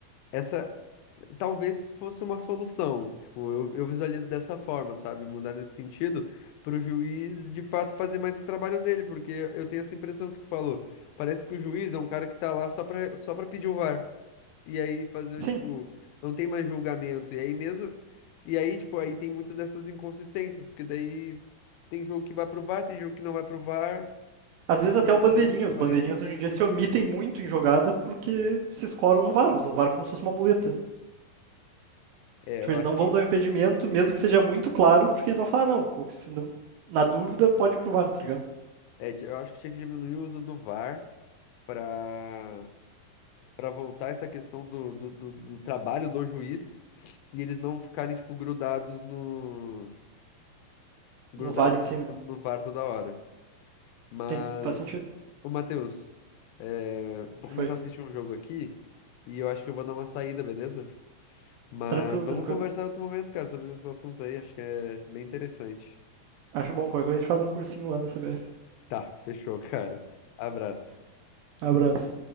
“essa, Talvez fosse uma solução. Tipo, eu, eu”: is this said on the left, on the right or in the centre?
Left